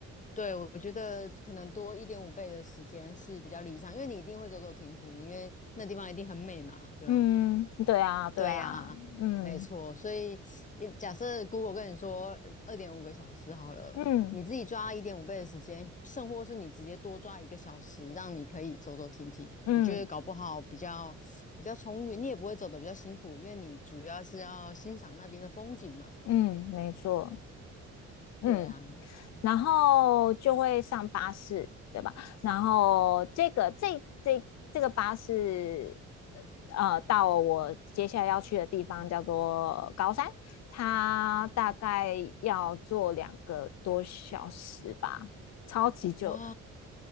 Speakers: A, on the left; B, on the left.
A: 对，我觉得可能多一点五倍的时间是比较理想，因为你一定会走走停停，因为那地方一定很美嘛，对吗？
B: 嗯，对啊对啊，
A: 对呀，
B: 嗯
A: 没错。所以也假设 Google 跟你说二点五个小时好了，
B: 嗯
A: 你自己抓一点五倍的时间，甚或是你直接多抓一个小时，让你可以走走停停，
B: 嗯
A: 我觉得搞不好比较比较充裕，你也不会走的比较辛苦，因为你主要是要欣赏那边的风景嘛。
B: 嗯，没错，嗯，
A: 对啊，
B: 然后就会上巴士，对吧？然后这个这这这个巴士，呃，到我接下来要去的地方叫做高山，它大概要坐两个多小时吧，超级久的。
A: 哇，